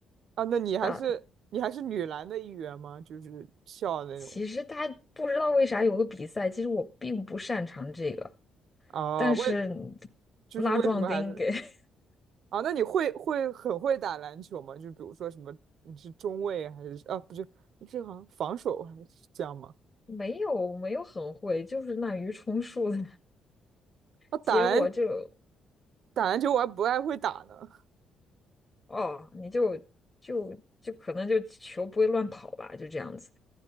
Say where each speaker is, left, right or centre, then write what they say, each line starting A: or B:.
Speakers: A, on the right; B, on the left.
A: 啊？那你还是你还是女篮的一员吗？
B: 打，
A: 就是笑的那种
B: 其实他不知道为啥有个比赛，其实我并不擅长这个，
A: 啊？
B: 但是
A: 为就是为什么还是
B: 拉壮丁给 <laughs>
A: 啊？那你会会很会打篮球吗？就比如说什么你是中卫还是啊？不是，你是好像防守还是这样吗？
B: 没有没有很会，就是滥竽充数的，
A: 啊，打篮
B: 结果就
A: 打篮球我还不爱会打呢。
B: 哦，你就就就可能就球不会乱跑吧，就这样子。